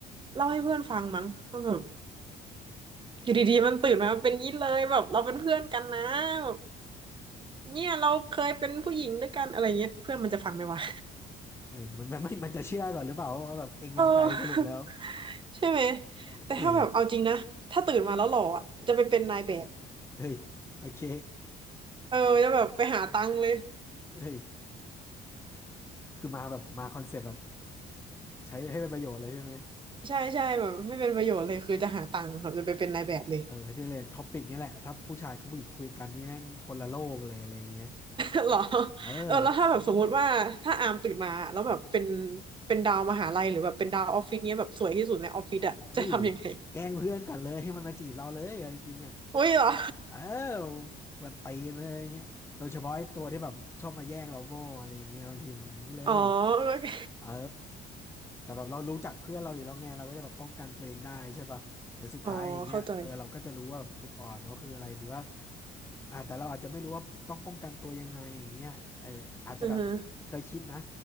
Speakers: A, on the right (about 30°); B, on the left (about 15°).
A: เล่าให้เพื่อนฟังมั้งมันแบบอยู่ดีๆมันตื่นมาเป็นนี้เลยแบบเราเป็นเพื่อนกันนะแบบเนี่ยเราเคยเป็นผู้หญิงด้วยกันอะไรเงี้ยเพื่อนมันจะฟังไหมวะ
B: เออมันมันไม่มันจะเชื่อก่อนหรือเปล่าว่าแบบเองเป็นใครสรุปแล้ว
A: <laughs> เออใช่ไหม
B: เออเออ
A: แต่ถ้าแบบเอาจริงนะถ้าตื่นมาแล้วหล่ออะจะไปเป็นนายแบบ
B: เฮ้ยโอเค
A: เออจะแบบไปหาตังค์เลย
B: เฮ้ย คือมาแบบมาคอนเซปต์แบบใช้ให้เป็นประโยชน์เลยใช่ไหม
A: ใช่ใช่แบบให้เป็นประโยชน์เลยคือจะหาตังค์แบบจะไปเป็นนายแบบเลย
B: เออนี่เลยท็อปิกนี่แหละถ้าผู้ชายกับผู้หญิงคุยกันนี่แม่งคนละโลกเลยอะไรเงี้ย
A: <laughs> เหรอ
B: เออ
A: เออแล้วถ้าแบบสมมุติว่าถ้าอามตื่นมาแล้วแบบเป็นเป็นดาวมหาลัยหรือแบบเป็นดาวออฟฟิศเนี้ยแบบสวยที่สุดในออฟฟิศอะจะทำยังไง
B: อุ้ยแกล้งเพื่อนกันเลยให้มันมาจีบเราเลยเอาจริงๆอ่ะ
A: อุ้ยเหรอ
B: เออกวนตีนเลยอะไรเงี้ยโดยเฉพาะไอ้ตัวที่แบบชอบมาแย่งเราโม่อะไรเงี้ยบางทีมันอย่างนี้เลย
A: <laughs> อ๋อโอเค
B: เออแต่แบบเรารู้จักเพื่อนเราอยู่แล้วไงเราก็จะแบบป้องกันตัวเองได้ใช่ป่ะหรือสุดท้ายอย่างเงี้ยเออเราก็จะรู้ว่าจุดอ่อนเขาคืออะไรหรือว่า
A: อ๋อเข้าใจ
B: อ่าแต่เราอาจจะไม่รู้ว่าต้องป้องกันตัวยังไงอย่างเงี้ยเอออาจจะแบบเคยคิดนะ
A: อือฮะ